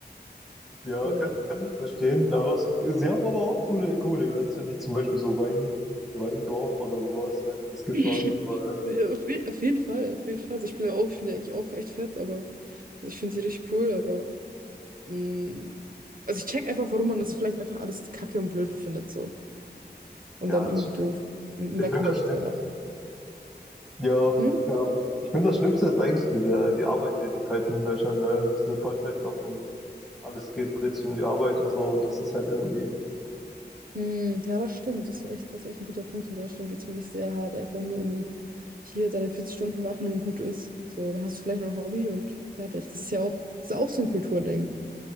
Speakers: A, in the centre; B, on the right (about 55°).
A: Ja,
B: So.
A: kann ich, kann ich verstehen. Aber es, sie haben aber auch coole, coole Events, wenn nicht zum Beispiel so Wein, Weindorf oder sowas, weißt, das gibt's
B: <laughs>
A: auch nicht überall.
B: Ja, auf je- auf jeden Fall, auf jeden Fall. Also ich bin ja auch, ich bin ja eigentlich auch echt fett, aber also ich finde die richtig cool, aber. Mm, Also ich check einfach, warum man das vielleicht einfach alles kacke und blöd findet so und
A: Ja,
B: dann
A: das,
B: irgendwie doof weg
A: ich finde
B: möchte.
A: das Schlimmste.
B: Aber-
A: Ja,
B: Hm?
A: ja. Ich finde das Schlimmste ist eigentlich diese, die Arbeitsethik halt in Deutschland, ne? Dieser Vollzeitjob und alles geht, dreht sich um die Arbeit und so. Und das ist halt irgendwie,
B: Hm, ja, das stimmt. Das ist echt, das ist echt ein guter Punkt. In Deutschland geht es wirklich sehr hart, einfach nur um hier deine 40 Stunden machen und gut ist. So, dann hast du vielleicht noch ein Hobby und fertig. Das ist ja auch, das ist ja auch so ein Kulturding,